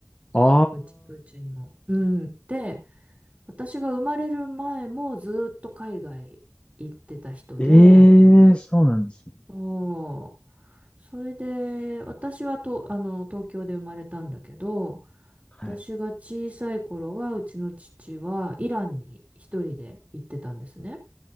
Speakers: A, on the left; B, on the right.
A: あ
B: うち、うちの。うん。で、私が生まれる前もずっと海外行ってた人で、
A: ー、ええー、そうなんですね。
B: そうそれで、私はと、あの、東京で生まれたんだけど、
A: はい。
B: 私が小さい頃は、うちの父はイランに一人で行ってたんですね。